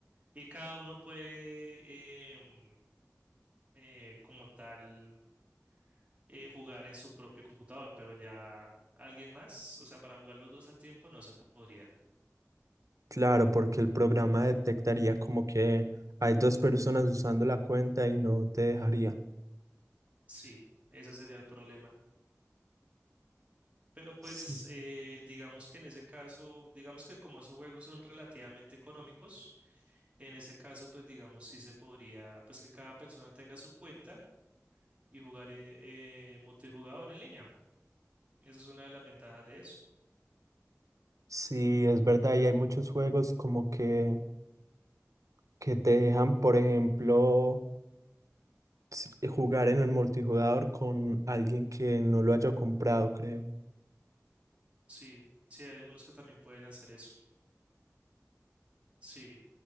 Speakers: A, on the right (about 25°); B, on the right (about 80°).
A: y cada uno puede, em, eh, como tal, eh, jugar en su propio computador, pero ya alguien más, o sea, para jugar los dos al tiempo no se podría.
B: Claro, porque el programa detectaría como que hay dos personas usando la cuenta y no te dejaría.
A: Sí, ese sería el problema. Pero pues
B: Sí,
A: eh, digamos que en ese caso, digamos que como esos juegos son relativamente económicos, en ese caso pues digamos sí se podría, pues que cada persona tenga su cuenta y jugar eh, eh, multijugador en línea. Esa es una de las ventajas de eso.
B: sí, es verdad, y hay muchos juegos como que, que te dejan, por ejemplo, s- eh, jugar en el multijugador con alguien que no lo haya comprado, creo.
A: Sí, sí hay algunos que también pueden hacer eso. Sí,